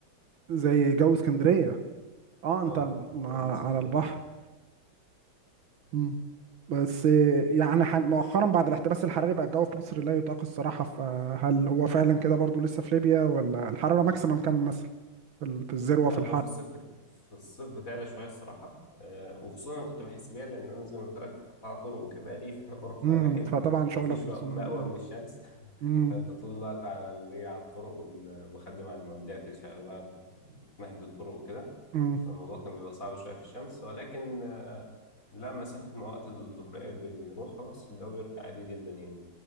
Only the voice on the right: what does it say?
زي جو اسكندريه اه انت
مع
على البحر
مم. بس يعني حن- مؤخرا بعد الاحتباس الحراري بقى الجو في مصر لا يطاق الصراحه فهل هو فعلا كده برضو لسه في ليبيا ولا الحراره ماكسيمم كام مثلا في ال- في الذروه
في الحر
امم
فطبعا شغلك
في الصم
امم
امم